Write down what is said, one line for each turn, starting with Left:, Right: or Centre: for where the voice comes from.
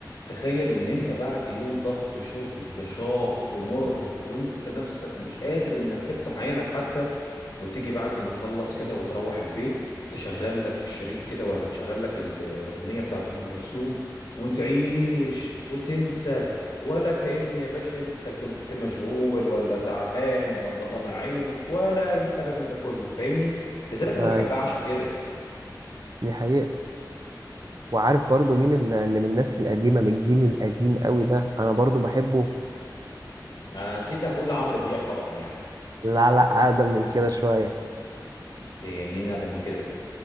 Left: تخيل ان انت بعد يوم ضغط شغل شاق ومرهق وانت نفسك مش قادر انك تفتح عينك حتى وتيجي بعد ما تخلص كده وتروح البيت تشغل لك شريط كده ولا تشغل لك الأغنية بتاعت أم كلثوم وتعيش وتنسى ولا كأن يا باشا أنت كنت مشغول ولا تعبان ولا طالع عينك ولا أي حاجة من ده كله فاهمني؟ لذلك أنا
Right: ايوه
Left: بحبها عشان كده
Right: دي حقيقة وعارف برضو مين ال- اللي من الناس القديمة من الجيل القديم قوي ده أنا برضو بحبه
Left: أكيد هتقول لعمرو دياب طبعا يعني
Right: لا لا أقدم من كده شوية
Left: إيه مين أقدم من كده؟